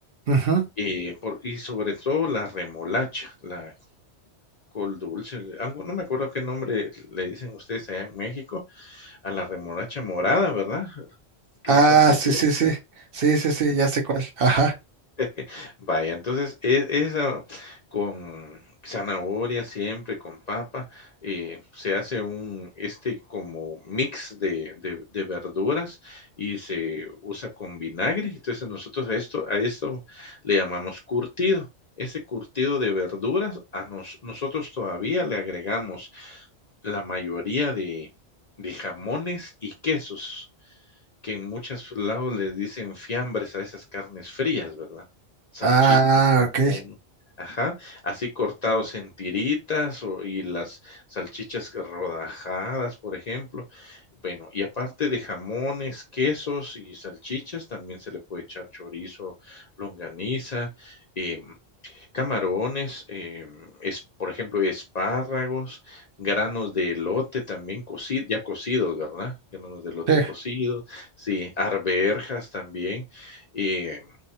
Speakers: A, on the right; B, on the left.
A: Ujú.
B: Eh, por- y sobre todo la remolacha, la col dulce, algo, no me acuerdo qué nombre le dicen ustedes allá en México, a la remolacha morada, ¿verdad? Que
A: Ah,
B: es algo
A: sí,
B: dulce.
A: sí, sí. Sí, sí, sí, ya sé cuál. Ajá.
B: <laughs> Vaya, entonces, e esa con zanahoria siempre, con papa, eh, se hace un, este, como mix de de de verduras y se usa con vinagre. Entonces, nosotros a esto a esto le llamamos curtido. Ese curtido de verduras a nos nosotros todavía le agregamos la mayoría de de jamones y quesos. que en muchos lados le dicen fiambres a esas carnes frías, ¿verdad? Salchicha,
A: Ah,
B: jamón,
A: ok.
B: ajá, así cortados en tiritas o y las salchichas que rodajadas, por ejemplo. Bueno, y aparte de jamones, quesos y salchichas, también se le puede echar chorizo, longaniza, em, Camarones, em, es, por ejemplo, espárragos, granos de elote también cocido, ya cocidos, ¿verdad? Granos de elote
A: Sí.
B: cocidos, sí, arvejas también, em,